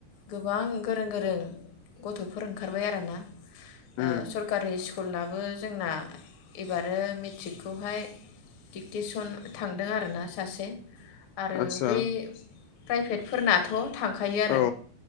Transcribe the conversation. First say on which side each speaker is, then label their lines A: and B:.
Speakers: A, on the left (about 50°); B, on the left (about 80°).
A: गोबां गोरों गोरों गथ'फोर ओंखारबाय आरोना
B: उम
A: ओ सरकारि सि स्कुलनाबो जोंना एबारो मेट्रिकखौहाय डिकटिसन थांदों आरोना सासे आरो
B: आदसा
A: बे प्राइभेटफोरनाथ' थां खायो आरो
B: औ